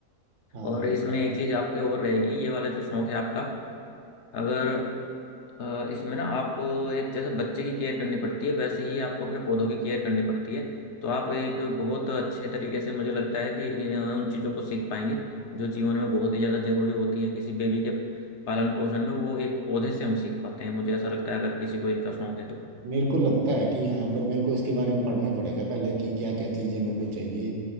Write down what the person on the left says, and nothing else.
और
इसमें
एक चीज़ आपके और रहेगी ये वाला जो शौक है आपका अगर अ, इसमें ना आप एक जैसे बच्चे की केयर करनी पड़ती है वैसे ही आपको अपने पौधों की केयर करनी पड़ती है तो आप एक बहुत अच्छे तरीके से मुझे लगता है कि इन- उन चीज़ों को सीख पाएंगे जो जीवन में बहुत ही ज़्यादा जरूरी होती है किसी बेबी के पालन पोषण में वो एक पौधे से हम सीख पाते हैं मुझे ऐसा लगता है अगर किसी को इनका शौक है तो